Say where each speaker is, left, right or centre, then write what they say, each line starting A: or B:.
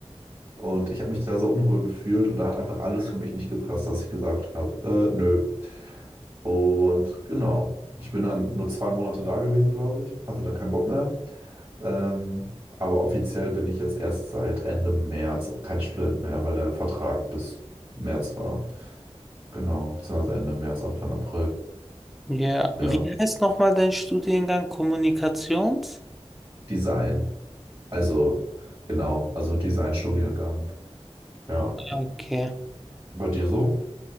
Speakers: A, on the right; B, in the centre.
A: Und ich habe mich da so unwohl gefühlt und da hat einfach alles für mich nicht gepasst, dass ich gesagt habe, äh, nö. Und genau. Ich bin dann nur zwei Monate da gewesen, glaube ich. Hatte dann keinen Bock mehr. Ähm, aber offiziell bin ich jetzt erst seit Ende März kein Student mehr, weil der Vertrag bis März war. Genau. Beziehungsweise Ende März, Anfang April.
B: Ja,
A: Ja.
B: wie heißt nochmal dein Studiengang? Kommunikationsdesign.
A: Design. Also, genau. Also Design-Studiengang. Ja.
B: Okay.
A: Bei dir so?